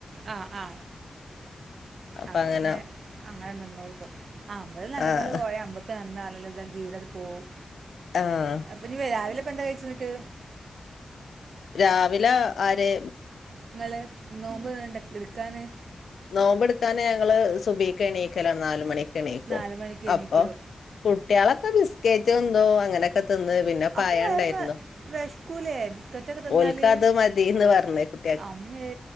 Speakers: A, on the right (about 70°); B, on the left (about 80°).
A: ആ ആ
B: അപ്പൊ
A: അപ്പ
B: അങ്ങനെ
A: പിന്നെ അങ്ങനെ നിന്നോൾകും ആ അമ്മള് നല്ലോംപോലെ
B: ആഹ്
A: പോയ നമ്മക്ക് നന്ന് <unintelligible> ജീവിതങ്ങട് പോവും.
B: ആഹ്
A: അപ്പന്നീ വരാ രാവിലെ ഇപ്പ എന്താ കഴിച്ച് ന്നിട്ട്
B: രാവിലെ ആര്
A: നിങ്ങള് നോമ്പ് വേണ്ട ഇടുക്കാന്
B: നോമ്പെടുക്കാന് ഞങ്ങള് സുബ്ഹിക്ക് എണീക്കലാണ് നാല് മണി എണിക്കും
A: നാല് മണിക്ക് എണീക്കോ
B: അപ്പ കുട്ട്യാളൊക്കെ ബിസ്കേറ്റ്തിന്ന് അങ്ങനൊക്കെ തിന്ന് പിന്നെ പയണ്ടായിരുന്നു.
A: അപ്പം വയറിന് വിശക്കൂലേ ബിസ്ക്കറ്റൊക്കെ തിന്നാൽ
B: ഓൽക്കത് മതിന്ന് പറഞ്ഞ് കു
A: അമ്മേ